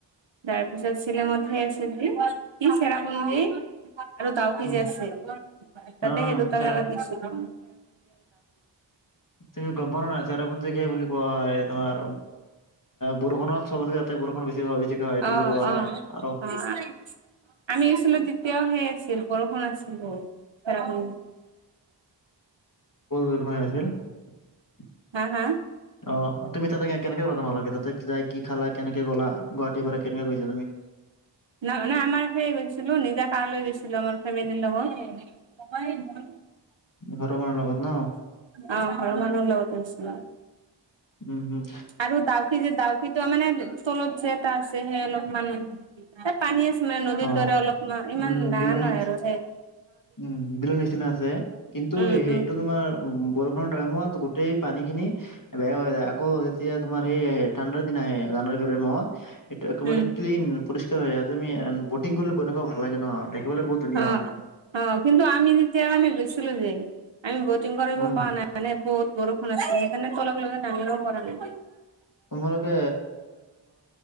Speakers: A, on the right (about 80°); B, on the left (about 45°).
A: তাৰপিছত শ্বিলংতহে আছে যে কি চেৰাপুঞ্জি আৰু ডাউকী
B: উম
A: যে আছে তাতে
B: অ
A: সেই দুটা
B: চেৰা
A: জাগাত গেচিলো
B: তুমি গম পোৱা নে নাই চেৰাপুঞ্জীক হেই বুলি কোৱা হয় তোমাৰ বৰষুণত চবতকে তাতে বৰষুণ বেছি বেছিকে হয় এইটো
A: অহ-অহ-অহ
B: বুলি কোৱা হয় আৰু
A: আমি আছিলো তেতিয়াও সেয়ে চিল বৰষুণ আছিল বহুত <unintelligible>
B: <unintelligible>
A: হা- হা
B: অহ, তুমি তাতে কেনেকে <unintelligible> তাতে কি যায় কি খালা কেনে কে গলা গুৱাহাটীৰ পৰা কেনেকে গৈছা তুমি
A: ন মানে আমাৰ সেই গৈছিলো নিজা কাৰ লৈ গৈছিলো আমাৰ ফেমিলীৰ লগত।
B: ঘৰৰ মাহনুৰ লগত ন?
A: আহ ঘৰ মানহৰ লগতে আছিলো।
B: উম- হুম
A: আৰু ডাউকী যে ডাউকী তোও মানে তলত যে এটা আছে যে হে অলপমান হে পানী আছে মে নদীৰ
B: অ',
A: দৰে অলপ ইমান
B: উম,
A: ডাঙাৰ
B: বিলনি
A: নহয় আৰু সেই
B: উম, বিলৰ নিচিনা আছে কিন্তু
A: উম
B: সেইটো
A: উম
B: তোমাৰ বৰষুণৰ টাইমত গোটেই পানী খিনি বেয়া হৈ যায় আকৌ যেতিয়া তোমাৰ সেই আহে ঠাণ্ডাৰ দিন আহে জানুৱাৰী টাইমত এইটো একেবাৰে
A: উম
B: ক্লিন পৰিষ্কাৰ হৈ তুমি বতিং কৰিলে কেনেকুৱা ভাল লাগে ন' দেখিবলৈ বহুত ধুনীয়া
A: অহ
B: হয়।
A: - অহ কিন্তু আমি যেতিয়া মানে গৈছিলো যে আমি বত টিং কৰিব
B: উম,
A: পাৱা নাই মানে বহুত বৰষুণ আছিল সেইকাৰণে তলক লেগি নামিবও পাৰা নাই।
B: তোমালোকে